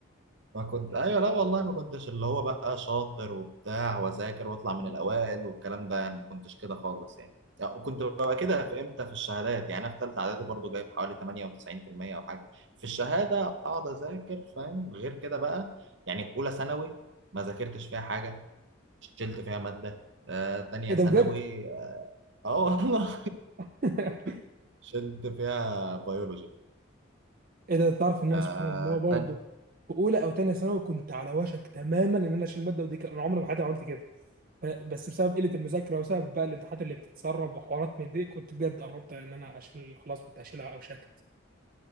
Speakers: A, on the right; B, on the right.
A: ما كنت ايوه لا والله ما كنتش اللي هو بقى شاطر وبتاع واذاكر واطلع من الاوائل والكلام ده يعني ما كنتش كده خالص يعني يعني وكنت ببقى كده في امتى في الشهادات يعني انا في ثالثه اعدادي برضو جايب حوالي 98% او حاجه في الشهاده اقعد اذاكر فاهم غير كده بقى يعني اولى ثانوي ما ذاكرتش فيها حاجه شلت فيها ماده آه، تانية
B: ايه
A: ثانوي
B: ده بجد
A: اه والله
B: <laughs>
A: <laughs> شلت فيها بيولوجي
B: ايه ده تعرف ان انا
A: آه
B: سبحان الله برضه
A: تاني
B: في اولى او تانية ثانوي كنت على وشك تماما ان انا اشيل ماده ودي كان- انا عمري ما حياتي ما عملت كده ف- بس بسبب قله المذاكره وبسبب بقى الامتحانات اللي بتتسرب وحوارات من دي كنت بجد قربت ان انا اشيل خلاص كنت هشيلها او شكت